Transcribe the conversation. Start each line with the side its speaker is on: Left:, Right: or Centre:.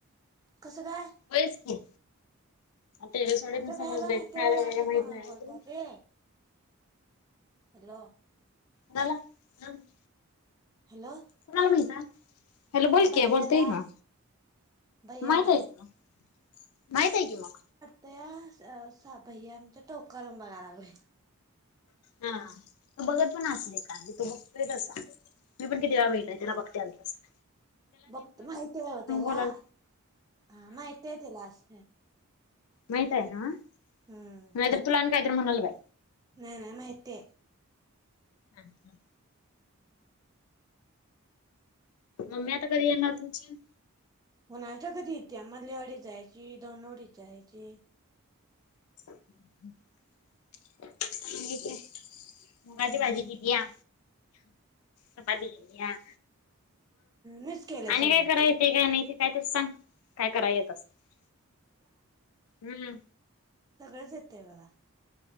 Right: कसं काय?
Left: वयच की. टेरेस वाल्याने
Right: आमच्या
Left: समजलंय
Right: भैयाला माहिती
Left: खायला
Right: हाय वय
Left: वगैरे
Right: असं
Left: माहित
Right: फोनवर
Left: नाही
Right: बोलता
Left: तुला
Right: ते? हॅलो!
Left: झाला <unintelligible>
Right: हॅलो
Left: कुणाला माहिताय? हॅलो! बोलकी,
Right: भैयाला
Left: बोलता येईना?
Right: भैयाला
Left: माहित हाय की मग? माहित हाय की मग.
Right: त्या या सा भैया आमचं टोकरून बघायला लागलंय.
Left: हां. बघत पण असल एकांदी तु बग <unintelligible> मी पण किती वेळा बघितलंय तिला बघतेलं तसं.
Right: बघतो माहिती आहे ओ त्यला.
Left: बोलाल
Right: हा माहिती हाय त्यला अस
Left: मैताय नवं?
Right: हम्म
Left: नाही तर तुला आणि काय? म्हणल बाय.
Right: नाही नाही माहिती हाय.
Left: हम् हम्. मम्मी आता कधी येणार तुमची?
Right: कुणास ठाऊक कधीे येत्या. मधली वाडीत जायची दोनवडीत जायची
Left: <unintelligible> मुगाची
Right: हम्म
Left: भाजी केली या. चपाती. <unintelligible> म
Right: मीच केलंय
Left: आणि
Right: सगळं
Left: काय करायचे <unintelligible> काय नाही ते. काय तर सांग. काय कराय येतस. <unintelligible> हम्म.
Right: सगळेच येतय मला.